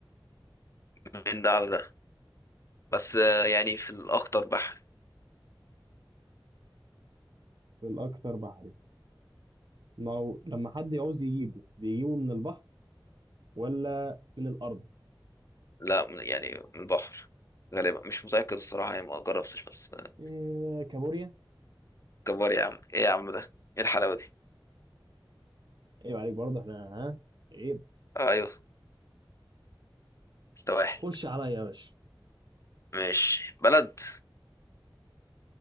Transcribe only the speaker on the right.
الاكثر بحري ما هو لما حد يعوز يجيبه بيجيبه من البحر ولا من الارض
آه كابوريا
ايوه عليك برضه احنا ها ايه
خش عليا يا باشا